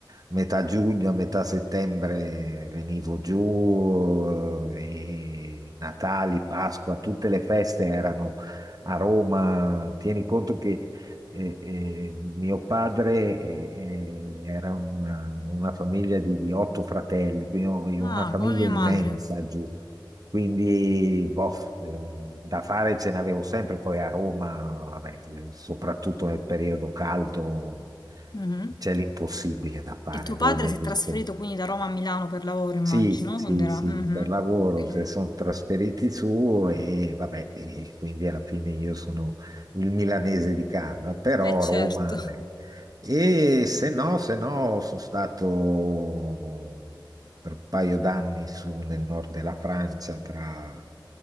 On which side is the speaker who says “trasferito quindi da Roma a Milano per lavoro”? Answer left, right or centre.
Left